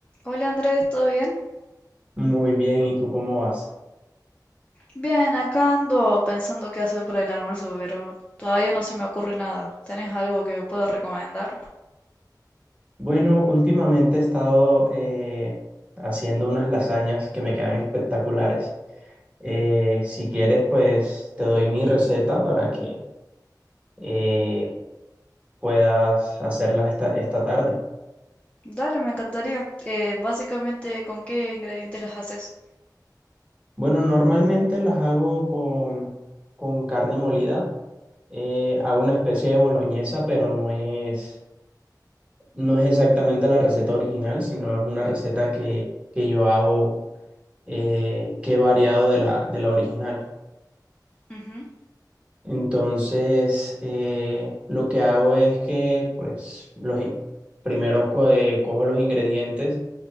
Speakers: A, on the left; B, on the right.
A: Hola Andrés, ¿todo bien?
B: Muy bien, ¿y tú cómo vas?
A: Bien, acá ando pensando qué hacer para el almuerzo, pero todavía no se me ocurre nada. ¿Tenés algo que me puedas recomendar?
B: Bueno, últimamente he estado eh, haciendo unas lasañas que me quedan espectaculares. Eh, si quieres, pues te doy mi receta para que eh, puedas hacerlas esta, esta tarde.
A: Dale, me encantaría. Eh, básicamente, ¿con qué ingredientes las haces?
B: Bueno, normalmente las hago con, con carne molida. Eh, hago una especie de boloñesa, pero no es, no es exactamente la receta original, sino es una receta que, que yo hago eh, que he variado de la, de la original.
A: Ujú,
B: Entonces, eh, lo que hago es que, pues, los, in- primero co- eh, cojo los ingredientes,